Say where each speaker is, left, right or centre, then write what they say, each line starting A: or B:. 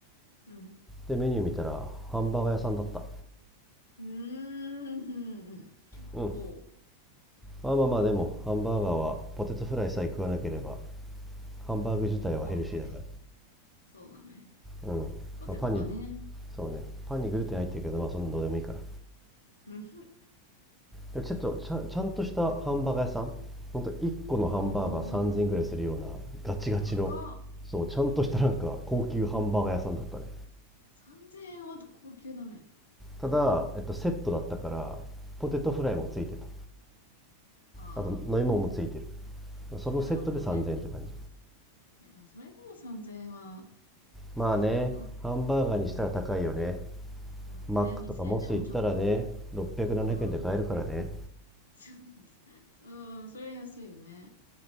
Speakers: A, on the left; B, in the centre.
A: うん、
B: でメニュー見たらハンバーガー屋さんだった
A: うん、
B: うん
A: おう。
B: まあまあまあでもハンバーガーはポテトフライさえ食わなければハンバーグ自体はヘルシーだか
A: そうね。そうだね。
B: らうん、まあ、
A: ポテトがね。
B: パンにそうねパンにグルテン入ってるけどまあそんなどうでもいいから
A: うん。うん。
B: でちょっとちゃちゃんとしたハンバーガー屋さんほんと1個のハンバーガー3000ぐらいするようなガチガチの
A: うーん。高っ。
B: そうちゃんとしたなんか高級ハンバーガー屋さんだったね
A: 3000円は高級だね。
B: ただ、えっと、セットだったからポテトフライもついてた
A: うん。あ
B: あと飲み物もついてるそのセットで3000円って感じ。
A: あ。あ、なるほどね。いや、でもそれでも3000円は高い方だな。
B: まあね、ハンバーガーにしたら高いよね。
A: うん。そうだね。
B: マックとかモス行ったらね、
A: 2000円でもちょっと、
B: 600、7円で買えるからね。
A: うん。<laughs> そうそう、それは安いよね。